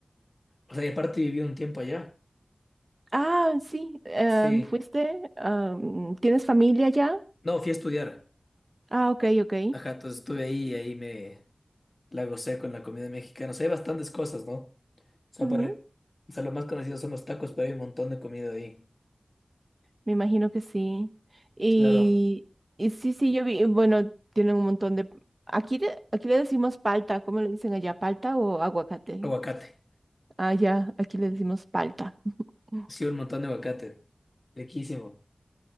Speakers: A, on the left (about 45°); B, on the right (about 45°).
A: O sea, y aparte viví un tiempo allá.
B: Ah, sí, em,
A: Sí.
B: fuiste, am, ¿tienes familia ya?
A: No, fui a estudiar.
B: Ah, ok, ok.
A: Ajá, entonces estuve ahí y ahí me la gocé con la comida mexicana. O sea, hay bastantes cosas, ¿no? O sea,
B: Ujú,
A: para- o sea, lo más conocido son los tacos, pero hay un montón de comida ahí.
B: Me imagino que sí. Y,
A: Claro.
B: y sí, sí, yo vi, bueno, tienen un montón de... Aquí, de- aquí le decimos palta, ¿cómo le dicen allá? ¿Palta o aguacate?
A: Aguacate.
B: Ah, ya, aquí le decimos palta. <laughs>
A: Sí, un montón de aguacate. Riquísimo.